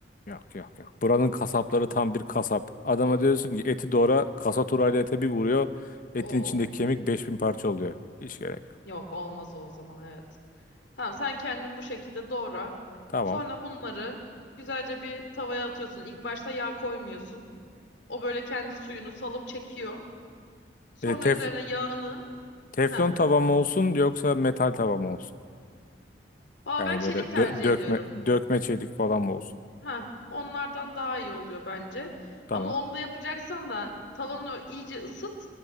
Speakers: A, on the left; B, on the left.
A: Yok yok yok. Buranın kasapları tam bir kasap. Adama diyorsun ki eti doğra kasaturayla turayla ete bir vuruyor. Etin
B: Oo
A: içindeki kemik 5000 parça oluyor. Hiç gerek yok.
B: yok olmaz o zaman evet. Tamam sen kendin bu şekilde doğra.
A: Tamam.
B: Sonra bunları güzelce bir tavaya atıyorsun. İlk başta yağ koymuyorsun. O böyle kendi suyunu salıp çekiyor. Sonra
A: E, tef-
B: üzerine yağını.
A: teflon
B: Heh.
A: tava mı olsun yoksa metal tava mı olsun?
B: Valla
A: Yani
B: ben çelik
A: böyle dö-
B: tercih
A: dökme
B: ediyorum.
A: dökme çelik falan mı olsun?
B: Heh. Onlardan daha iyi oluyor bence.
A: Tamam.
B: Ama onu da yapacaksan da tavanı iyice ısıt.